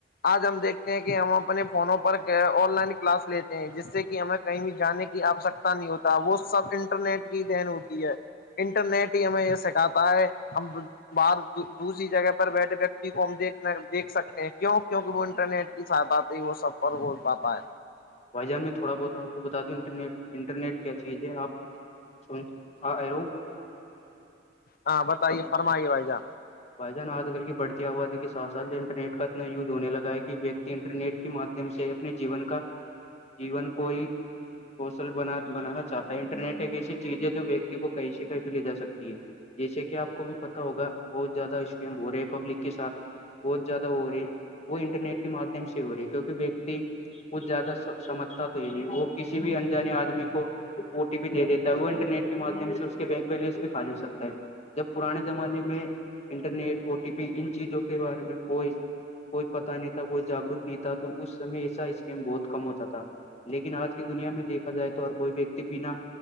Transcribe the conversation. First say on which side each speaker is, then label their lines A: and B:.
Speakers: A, on the left (about 50°); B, on the left (about 35°).
A: آج ہم دیکھتے ہیں کہ ہم اپنے فونوں پر آن لائن کلاس لیتے ہیں جس سے کہ ہمیں کہیں بھی جانے کی آوشکتا نہیں ہوتی وہ سب انٹرنیٹ کی دہن ہوتی ہے انٹرنیٹ ہی ہمیں یہ سکھاتا ہے ہم باہر دوسری جگہ پر بیٹھے بیٹھے دیک دیکھ سکتے ہیں کیوں کیوںک وہ انٹرنیٹ کی سہاتا وہ سفر ہو پاتا ہے
B: بھائی جان میں تھوڑا بہت آپ کو بتا دوں انٹرنیٹ انٹرنیٹ کیا چیز ہے آپ سن ہاں ہیلو
A: ہاں بتائیے
B: آپ
A: فرمائیے بھائی جان
B: بھائی جان آج کل کی بڑتی آبادی کے ساتھ سھ جو انرنیٹ کا اتنا وز ہو لگا ہے کہ انٹرنیٹ کے مادھیم سے اپنے جیون کا جیون کوئی کوسل بنا بنانا چاہتا ہے انٹرنیٹ ایک ایسی چیز ہے جو ویکتی کو کہیں سے کہیں بھی لے جا سکتی ہے جیسے کہ آپ کو بھی پتتا ہوگا بہت زیادہ اسکیم ہو رہے ہیں پبلک کے ساتھ بہت زیادہ ہو رہی وہ انٹرنیٹ کے مادھیم سے ہو رہی ہے کیونکہ ویکتی بت زیادہ سمجھتا تو ہی نہیں وہ کسی بھی انجانے آدمی کو بھی دے دیتا ہے وہ انٹرنیٹ کے مادھیم سے اس کے بینک بیلینس بھی خال ہو سکتا ہے جب پرانے زمانے میں انٹرنیٹ او ٹی پی ان چیزوں کے بارے میں کوئی کوئی پتا نہیں تھا کوئی جاگروک نہیں تھا تو اس سمے ایسا اسکیم بہت کم ہوتا تھا لیکن آج کی دنیا میں دیکھا جائے تو اور کوئی بھی بنا